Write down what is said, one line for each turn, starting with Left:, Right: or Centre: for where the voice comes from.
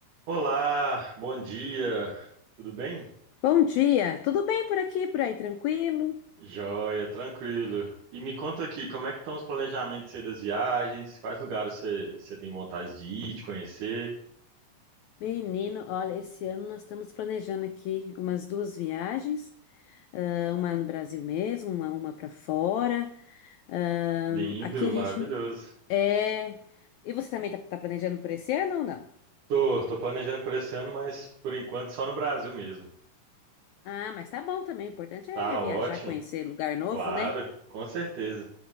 Right: Olá, bom dia, tudo bem?
Left: Bom dia, tudo bem por aqui, por aí, tranquilo?
Right: Joia, tranquilo. E me conta aqui, como é que estão os planejamentos aí das viagens? Quais lugares você você tem vontade de ir, de conhecer?
Left: Menino, olha, esse ano nós estamos planejando aqui umas duas viagens, ah, uma no Brasil mesmo, uma, uma para fora. Ahn,
Right: Lindo,
Left: aqui a
Right: maravilhoso.
Left: gente n- é. E você também tá, tá planejando por esse ano ou não?
Right: Tô, tô planejando por esse ano, mas por enquanto só no Brasil mesmo.
Left: Ah, mas tá bom também, o importante
Right: Tá
Left: é viajar,
Right: ótimo,
Left: conhecer lugar novo,
Right: claro,
Left: né?
Right: com certeza.